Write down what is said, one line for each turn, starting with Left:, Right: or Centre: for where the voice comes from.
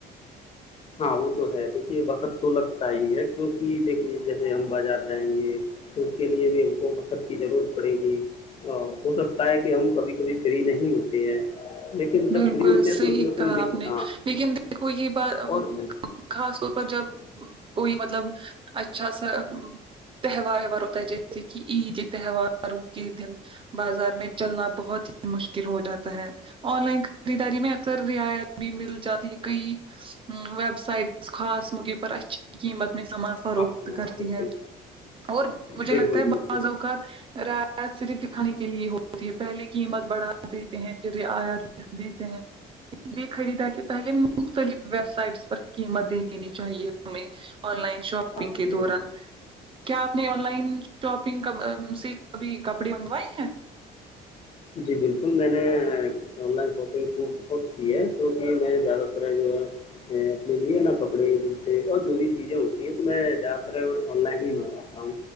Left: ہاں وہ تو ہے دیکھیے وقت تو لگتا ہی ہے کیونکہ دیکھیے جیسے ہم بازار جائیں گے تو اس کے لیے بھی ہم کو بہت کی ضرورت پڑے گی ا ہو سکتا ہے کہ ہم کبھی کبھی فری نہیں ہوتے ہیں لیکن جب
Right: بالکل
Left: فری ہوتے
Right: صحیح
Left: ہیں تو اس میں کوئی
Right: کہا آپ
Left: دقت
Right: نے
Left: ہاں
Right: لیکن دیکھو یہ بات
Left: اور
Right: خاص طور پر جب کوئی مطلب اچھا سا تہوار ویوار ہو تائ جیسے کہ عید تہواروں کے دن بازار میں چلنا بہت ہی مشکل ہو جاتا ہے آن لائن خریداری میں اکثر رعایت بھی مل جاتی ہے کئی ویب سائٹس خاص مقےب پر اچھی قیمت میں سماس فروخت
Left: ہاں
Right: کرتی
Left: بالکل
Right: ہے اور مجھے
Left: بالکل
Right: لگتا ہے بعض
Left: بالکل
Right: اوقات رعایت صرف دکھانے کے لیے ہوتی ہے پہلے قیمت بڑھا دیتے ہیں پھر رعایت ل دیتے ہیں اس لیے خریداری سے پہلے مختلف ویب سائٹس پر قیمت دے دینی چاہیے ہمیں آن لائن شاپنگ
Left: ہاں
Right: کے
Left: یہ
Right: دوران کیا آپ نے آن لائن شاپنگ سے کبھی کپڑے منگوائے ہیں
Left: جی بالکل میں نے آن لائن شاپنگ خ بہت کی ہے جوکہ میں زیادہ تر جو ہے اپنے لیے نا کپڑے جوتے اور جو بھی چیزیں ہوتی ہیں تو میں زیادہ تر آن لائن ہی م پ ہ